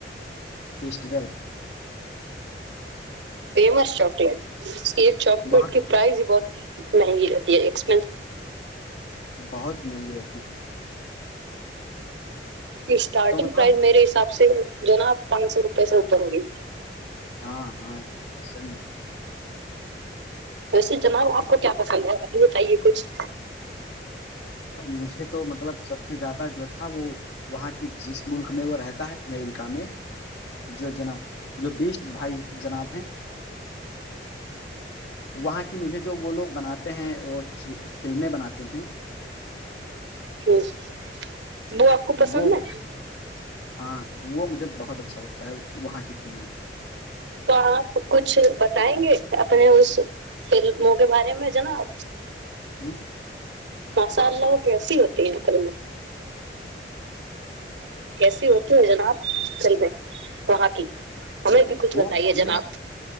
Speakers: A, on the left; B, on the right.
A: festival
B: famous chocolates یہ چاکلیٹ
A: بہت
B: کی پرائز بہت مہنگی ہے تبھی ایکس
A: بہت مہنگی رہتی
B: اسٹارٹنگ
A: تو مطلب
B: پرائز میرے حساب سے جو ہے نا پانچ سو روپے سے اوپر ہوگی
A: ہاں ہاں صحیح ہے
B: ویسے جناب آپ کو کیا پسند ہے ابھی بتائیے کچھ
A: مجھے تو مطلب سب سے زیادہ جو تھا وہ وہاں کی جس ملک میں وہ رہتا ہے امریکا کا میں جو جناب جو بیسٹ بھائی جناب ہیں وہاں کی مجھے جو وہ لوگ بناتے ہیں بو فلمیں بناتے ہیں
B: ج <unintelligible> وہ آپ کو پسند
A: وہ
B: ہے
A: مجھے ہاں وہ مجھے بہت اچھا لگتا ہے وہاں کی فلمیں
B: تو آپ کچھ بتائیں گے اپنے اس ف من کے بارے میں جناا
A: ہوں <unintelligible>
B: سال ل وہ کیسی ہوتی ہیں ک کیسی ہوتی ہے جناب چل د وہاں کی <unintelligible> بھی کچھ
A: وہ
B: بتائیے
A: فلمیں
B: جناب